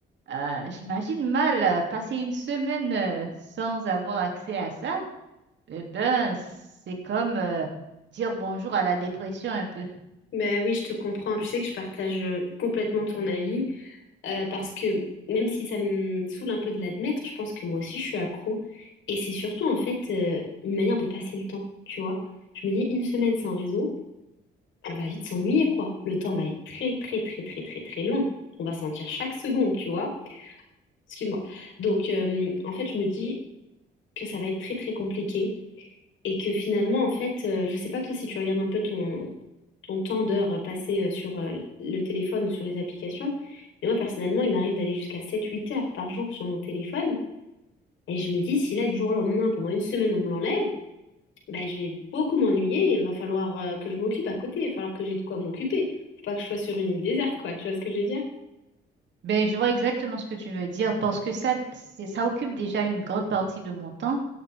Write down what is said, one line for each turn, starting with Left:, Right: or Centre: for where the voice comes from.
Right: Euh, j'imagine mal euh, passer une semaine euh, sans avoir accès à ça. Eh ben, c'est comme euh, dire bonjour à la dépression un peu.
Left: Ben oui, je te comprends. Tu sais que je partage euh, complètement ton avis euh, parce que même si ça me saoule un peu de l'admettre, je pense que moi aussi je suis accro. Et c'est surtout en fait euh, une manière de passer le temps, tu vois. Je me dis une semaine sans réseau, on va vite s'ennuyer quoi. Le temps va être très très très très très très long. On va sentir chaque seconde, tu vois. Excuse-moi. Donc, euh, en fait, je me dis que ça va être très, très compliqué et que finalement, en fait, euh, je sais pas toi si tu regardes un peu ton, ton temps d'heure euh, passé euh, sur euh, le téléphone ou sur les applications, mais moi, personnellement, il m'arrive d'aller jusqu'à sept huit heures par jour sur mon téléphone et je me dis, si là, du jour au lendemain, pendant une semaine, on me l'enlève, ben, je vais beaucoup m'ennuyer et il va falloir euh, que je m'occupe à côté, il va falloir que j'ai de quoi m'occuper. Faut pas que je sois sur une île déserte, quoi, tu vois ce que je veux dire?
Right: Ben, je vois exactement ce que tu veux dire parce que ça, c'est- ça occupe déjà une grande partie de mon temps